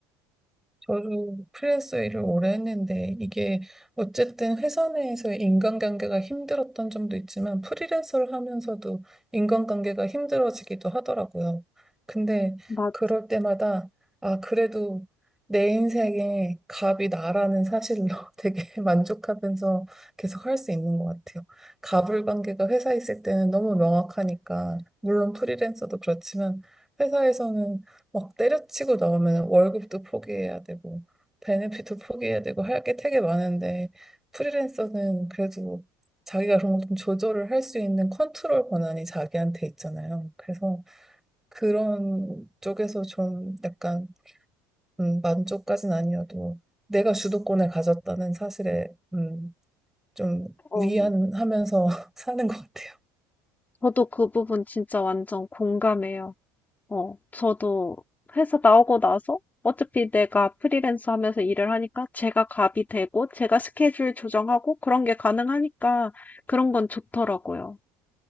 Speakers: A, in the centre; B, on the left.
A: 저도 프리랜서 일을 오래 했는데 이게 어쨌든 회사 내에서의 인간관계가 힘들었던 점도 있지만 프리랜서를 하면서도 인간관계가 힘들어지기도 하더라고요. 근데
B: 맞,
A: 그럴 때마다 아, 그래도 내 인생의 갑이 나라는 사실로 <laughs> 되게 만족하면서 계속 할 수 있는 것 같아요. 갑을 관계가 회사에 있을 때는 너무 명확하니까 물론 프리랜서도 그렇지만 회사에서는 막 때려치고 나오면 월급도 포기해야 되고 베네핏도 포기해야 되고 할 게 되게 많은데 프리랜서는 그래도 자기가 그런 걸 좀 조절을 할 수 있는 컨트롤 권한이 자기한테 있잖아요. 그래서 그런 쪽에서 좀 약간 음, 만족까진 아니어도 내가 주도권을 가졌다는 사실에 음, 좀
B: 어,
A: 위안하면서 <laughs> 사는 것 같아요.
B: 저도 그 부분 진짜 완전 공감해요. 어, 저도 회사 나오고 나서 어차피 내가 프리랜서 하면서 일을 하니까 제가 갑이 되고 제가 스케줄 조정하고 그런 게 가능하니까 그런 건 좋더라고요.